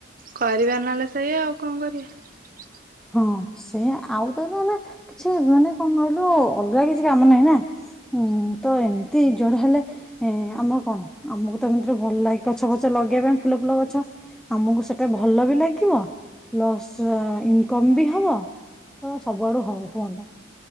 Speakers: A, on the right (about 45°); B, in the centre.
A: କରିବା ନହେଲେ ସେ ସେଇା ଆଉ କଣ କରିବା?
B: ହଁ ସେ ଆଉ ତ ଏବେ ଆମେ କିଛି ମାନେ କଣ କହିଲୁ ଅଲଗା କିଛି କାମ ନାହିଁ ନା ଉଁ ତ ଏମିତି ଯୁଆଡୁ ହେଲେ ଏ ଆମର କଣ ଆମକୁ ତ ଏମିତିରେ ଭଲ ଲାଗ ଗଛ ଫଛ ଲଗେଇବା ପାଇଁ ଫୁଲ ଫୁଲ ଗଛ ଆମକୁ ସେଟା ଭଲ ବି ଲାଗିବ ପ୍ଲସ୍ ଇନ କମ୍ ବି ହବ ତ ସବୁଆଡୁ ହବ ହୁଅନ୍ତା